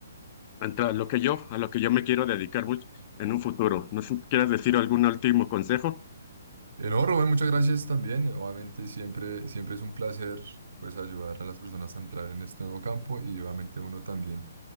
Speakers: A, on the left; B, on the right.
A: a lo que yo, a lo que yo me quiero dedicar mucho en un futuro. No sé si quieres decir algún último consejo.
B: Eh, no, Rubén, muchas gracias también. Obviamente siempre, siempre es un placer pues ayudar a las personas a entrar en este nuevo campo y obviamente uno también